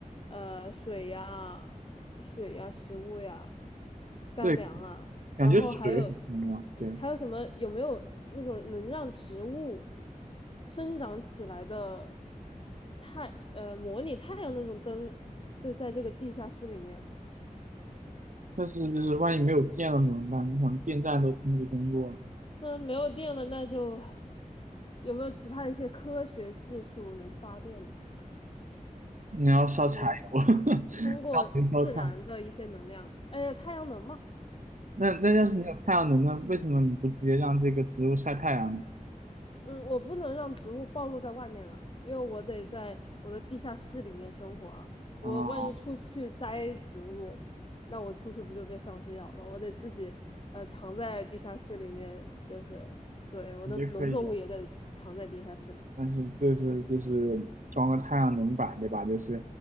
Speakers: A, on the left (about 40°); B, on the right (about 65°).
A: 呃，水呀、水呀、食物呀、干粮啊，
B: 对，感觉水很重要，
A: 然后还有
B: 对。
A: 还有什么？有没有那种能让植物生长起来的太呃模拟太阳那种灯？就在这个地下室里面。
B: 但是就是万一没有电了怎么办？你想电站都停止工作了，
A: 嗯，没有电了，那就有没有其他一些科学技术能发电呢？
B: 你要烧柴油，
A: 嗯，
B: <laughs>
A: 通过自然的一些能量，
B: 烧煤烧炭。
A: 哎，太阳能嘛，
B: 那那要是你有太阳能呢？为什么你不直接让这个植物晒太阳呢？
A: 嗯，我不能让植物暴露在外面了，因为我得在我的地下室里面生活啊。我万一出去摘植物，
B: 啊，
A: 那我出去不就被丧尸咬了？我得自己呃藏在地下室里面，就是对我的农作物也得藏在地下室里面，
B: 也可以啊，但是这是这是装个太阳能板，对吧？就是